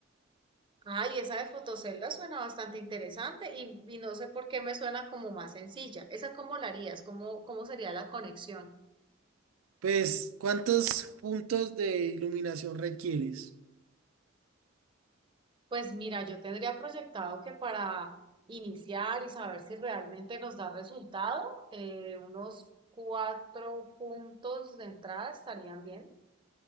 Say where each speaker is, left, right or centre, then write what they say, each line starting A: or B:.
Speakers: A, on the right; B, on the right.
A: Ay, esa de fotocelda suena bastante interesante y, y no sé por qué me suena como más sencilla. ¿Esa cómo la harías? ¿Cómo, cómo sería la conexión?
B: Pues, ¿cuántos puntos de iluminación requieres?
A: Pues mira, yo tendría proyectado que para iniciar y saber si realmente nos da resultado, eh, unos cuatro puntos de entrada estarían bien.